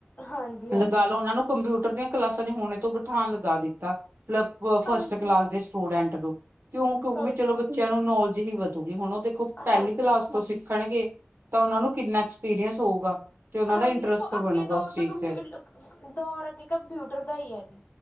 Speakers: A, on the left; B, on the right.
A: ਹਾਂਜੀ
B: ਲਗਾ
A: ਹਾਂਜੀ
B: ਲਓ ਉਹਨਾ ਨੂੰ ਕੰਪਿਊਟਰ ਕੰਪਿਊਟਰ ਦੀਆਂ ਕਲਾਸਾਂ ਚ ਹੋਣੇ ਤੋਂ ਬਿਠਾਨ ਲਗਾ ਦਿੱਤਾ, ਮਤਲਬ ਫਸਟ
A: ਹਾਂਜੀ
B: ਕਲਾਸ ਦੇ ਸਟੂਡੈਂਟ <unintelligible> ਕਿਉਂ ਕਵੌ
A: ਹਾਂਜੀ
B: ਚਲੋ ਬੱਚਿਆਂ ਨੂੰ <unintelligible> ਹੀ ਵਧੂਗੀ ਹੁਣ ਦੇਖੋ
A: ਹਾਂਜੀ
B: ਪਹਿਲੀ ਕਲਾਸ ਤੋਂ ਸਿੱਖਣਗੇ। ਤਾਂ ਉਹਨਾਂ ਨੂੰ ਕਿੰਨਾ ਐਕਸਪੀਰੀਅੰਸ ਹੋਊਗਾ। ਤੇ ਉਹਨਾਂ
A: ਹਾਂਜੀ
B: ਦਾ ਇੰਟਰਸਟ
A: ਦੇਖੋ
B: ਬਣੂਗਾ
A: ਅੱਗੇ ਦੌਰ
B: ਉਸ ਚੀਜ਼
A: ਤਾਂ ਕੰਪਿਊ
B: ਚ
A: ਦੌਰ ਅੱਗੇ ਕੰਪਿਊਟਰ ਦਾ ਹੀ ਹੈ ਜੀ